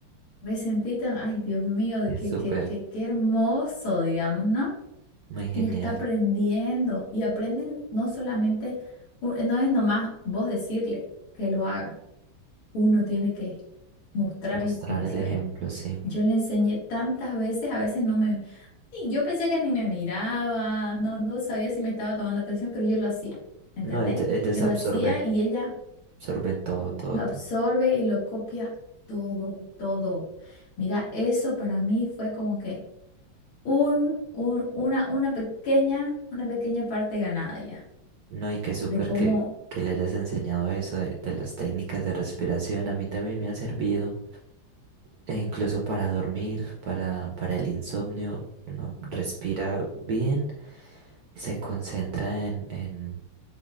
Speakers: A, on the left; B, on the right.
A: me sentí tan, ay, Dios mío, de
B: Es
A: qué,
B: súper,
A: qué, qué, qué hermoso, digamos, ¿no?
B: muy genial.
A: Ella está aprendiendo y aprenden no solamente, u- no es nomás vos decirle que lo haga, uno tiene que mostrarle
B: Mostrar
A: cómo hacerlo.
B: el ejemplo, sí.
A: Yo le enseñé tantas veces, a veces no me Sí, yo pensé que ni me miraba, no, no sabía si me estaba tomando atención, pero yo lo hacía, ¿entendés?
B: No, ellos, ellos
A: Yo lo
B: absorben,
A: hacía y ella
B: absorben todo, todo,
A: lo
B: todo.
A: absorbe y lo copia todo, todo. Mira, eso para mí fue como que un, un- una, una pequeña, una pequeña parte ganada ya,
B: No, y qué súper
A: de cómo...
B: que, que le hayas enseñado eso de, de las técnicas de respiración. A mí también me ha servido, e incluso para dormir, para, para el insomnio. Uno respira bien, se concentra en en